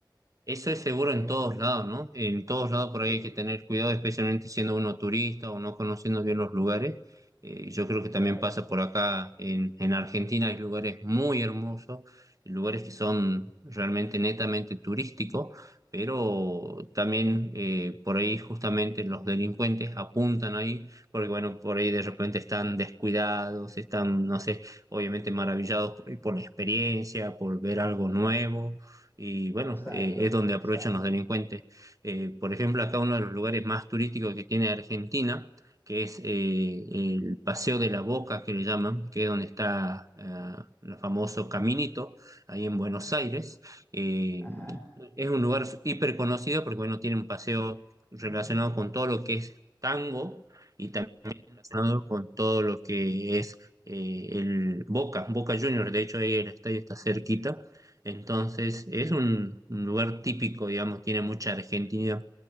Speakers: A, on the right; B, on the left.
A: eso es seguro en
B: eh,
A: todos lados, ¿no? En todos lados por
B: sí.
A: ahí hay que tener cuidado, especialmente siendo uno turista o no conociendo bien los lugares. Eh, yo creo que
B: Claro.
A: también pasa por acá en, en Argentina, hay lugares muy hermosos, lugares que son realmente netamente turísticos, pero también eh, por ahí justamente los delincuentes apuntan ahí, porque bueno, por ahí de repente están descuidados, están, no sé, obviamente maravillados por por la experiencia, por ver algo nuevo y bueno,
B: Exacto,
A: eh, es donde
B: exacto.
A: aprovechan los delincuentes. Eh, por ejemplo, acá uno de los lugares más turísticos que tiene Argentina, que es eh, el Paseo de la Boca, que le llaman, que es donde está ah, el famoso Caminito, ahí en Buenos Aires. Eh,
B: Ajá,
A: es un lugar hiper conocido porque, bueno, tiene un paseo relacionado con todo lo que es tango. Y también relacionado con todo lo que es eh, el Boca, Boca Juniors, de hecho ahí el estadio está cerquita, entonces es un, un lugar típico, digamos, tiene mucha Argentina